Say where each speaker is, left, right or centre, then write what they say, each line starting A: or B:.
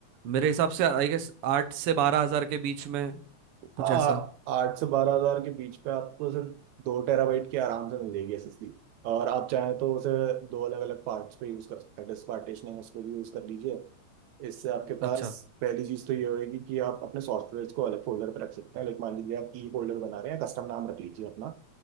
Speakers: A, on the right; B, on the right.
A: मेरे हिसाब से आई गेस आठ से बारह हजार के बीच में कुछ
B: हाँ
A: ऐसा
B: आठ से बारह हजार के बीच पे आपको सिर्फ दो टेराबाइट की आराम से मिलेगी एसएसडी और आप चाहें तो उसे दो अलग अलग पार्ट्स पे यूज कर सकते हैं डिस्क पार्टीशनिंग उसको भी यूज कर लीजिए इससे आपके
A: अच्छा
B: पास पहली चीज तो ये होगी कि आप अपने सॉफ्टवेयर को अलग फोल्डर पे रख सकते हैं लाइक मान लीजिए आप ई फोल्डर बना रहे हैं कस्टम नाम रख लीजिए अपना